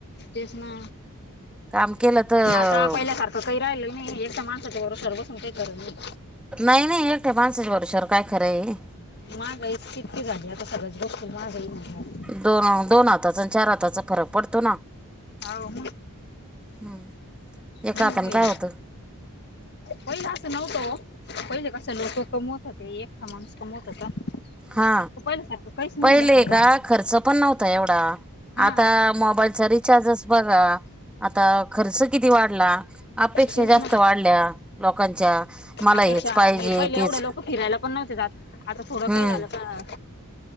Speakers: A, on the left; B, in the centre.
A: तेच ना
B: काम केलं तर
A: आता पहिल्या सारख काही राहिलेल नाही एकट्या माणसं भरवश्यावर बसून काही खरं नाही.
B: नाही नाही एकट्या मानसाच्या भरवश्यावर काय खरंय.
A: मागई तितकी झाली, आता सगळ्याच गोष्टीत महागाई होनार.
B: दोन दोन हाताचा आणि चार हाताचा फरक पडतो ना.
A: हाव मग
B: हम एका
A: हे
B: हातानी काय होतं.
A: पहिलं असं नव्हतं ओ पहिले कस लोक कमवत होते एकटा माणूस कमवत होता. <unintelligible>
B: हा
A: नाही
B: पहिले
A: ना समजा
B: का खर्च पण नव्हता एवढा
A: हा
B: आता मोबाईल री रीचार्ज बघा आता खर्च किती वाढला अपेक्षा
A: तेच
B: जास्त
A: ना
B: वाढल्या लोकांच्या. मला
A: अपेक्षा
B: हेच पाहिजे
A: आणि पहिले
B: तेच
A: एवढं लोक फिरायला पण नव्हते जात. आता थोडं
B: हम्म
A: काही झालं का